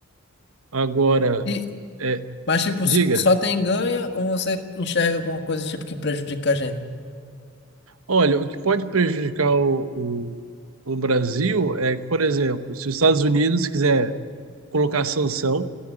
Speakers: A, on the right; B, on the left.
A: Agora,
B: E,
A: é,
B: mas tipo,
A: diga,
B: s- só tem ganho ou você enxerga alguma coisa tipo que prejudica a gente?
A: olha, o que pode prejudicar o, o, o Brasil é, por exemplo, se os Estados Unidos quiser colocar sanção